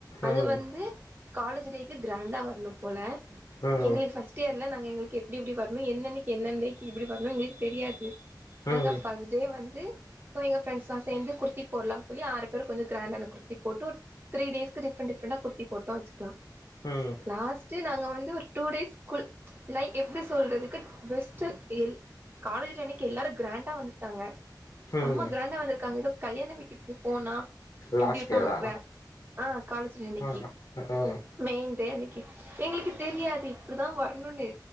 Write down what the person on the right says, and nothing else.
அது
வந்து காலேஜு டே க்கு கிராண்டா வர்னும் போல
எங்ளுக் ஃபஸ் ட்டியர்ல நாங்க எங்களுக்கு எப்டி எப்டி வர்னு என்னென்னக்கி என்னென் டே க்கி எப்டி வர்னு எங்களுக் தெரியாது
நாங்க ஃபஸ்ட் டே வந்து ஸோ எங்க ஃப்ரெண்ட்ஸ்லா சேந்து குர்த்தி போட்லா சொல்லி ஆறு பேரு கொஞ்சோ கிராண்டான குர்த்தி போட்டு ஒரு த்ரீ டேஸ்க்கு டிஃப்ரெண்ட் டிஃப்ரெண்டா குர்த்தி போட்டோ வச்சுக்லா
லாஸ்ட்டு நாங்க வந்து ஒரு டூ டேஸ் குல் லை எப்டி சொல்றதுக்கு வெஸ்ட்டு எந் காலேஜு டே அன்னக்கி எல்லாரு கிராண்டா வந்திருக்காங்க செம்ம
கிராண்டா வந்திருக்காங்க எதோ கல்யாண வீட்டுக்கு போனா
எப்டி இருப்பாங்க
கிரா ஆ காலேஜு டே அன்னக்கி
மெயின் டே அன்னக்கி எங்ளுக்கு தெரியாது இப்டிதா வர்னுன்னு